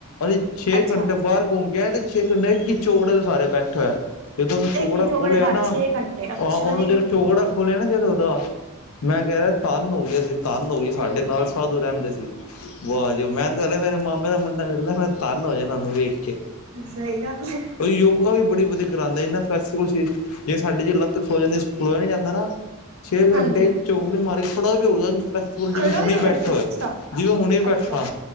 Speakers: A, on the left (about 75°); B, on the right (about 65°).
A: ਅਸੀਂ ਛੇ
B: ਅੱਛਾ
A: ਘੰਟੇ ਬਾਹਰ ਘੁੰਮ ਗਏ ਆਏ ਤੇ ਛੇ ਘੰਟੇ ਏਕ ਈ ਚੋਂਕੜ੍ਹੇ ਦੇ ਸਹਾਰੇ ਬੈਠੇ। ਜਦੋਂ ਉਹਨੂੰ ਚੋਗੜਾ
B: ਇੱਕ ਹੀ ਚੋਕੜੇ
A: ਖੋਲ੍ਹਿਆ
B: ਘਰ
A: ਨਾ
B: ਛੇ ਘੰਟੇ ਅੱਛਾ
A: ਤਾ ਉਹਨੂੰ
B: ਜੀ।
A: ਜਦੋਂ ਚੋਗੜਾ ਖੋਲਿਆ ਨਾ ਜਦੋਂ ਉਹਦਾ ਮੈਂ ਕਹਿ ਰਿਆ ਧੰਨ ਹੋ ਗਿਆ ਸੀ ਤੰਨ ਹੋ ਗਈ ਸਾਡੇ ਨਾਲ ਸਾਧੂ ਰਹਿੰਦੇ ਸੀ। ਵਾ ਜੀ ਵ ਮੇਰੇ ਮਾਮੇ ਦਾ ਮੁੰਡਾ ਵਿਹਲਾ ਮੈਂ ਧੰਨ ਹੋ ਜਨਾ ਉਨੂੰ ਵੇਖ ਕੇ।
B: ਸਹੀ ਗੱਲ ਹੈ
A: ਉਹ ਯੋਗਾ ਵੀ ਬੜੀ ਵਧੀਆ ਕਰਾਂਦਾ ਏਨਾ ਫਲੇਕਸੀਬਲ ਸਰੀਰ ਜਿਵੇਂ ਸਾਡੀ ਜੇ ਲੱਤ ਸੋ ਜਾਂਦੀ ਤੁਰਿਆ ਨੀ ਜਾਂਦਾ ਨਾ। ਛੇ ਘੰਟੇ
B: ਹਾਂਜੀ
A: ਚੋਕੜੀ ਮਾਰੀ ਕੇ ਖੜਾ ਵੀ ਹੋਗਿਆ ਫੈਲਕਸੀਬਲ
B: ਖੜਾ
A: ਜਿਵੇਂ ਹੁਣੇ
B: ਹੀ ਹੋ
A: ਬੈਠੇ
B: ਗਿਆ ਸੀ
A: ਹੋਏ।
B: ਅੱਛਾ।
A: ਜਿਵੇਂ ਹੁਣੇ
B: ਅੱਛਾ
A: ਬੈਠਾ।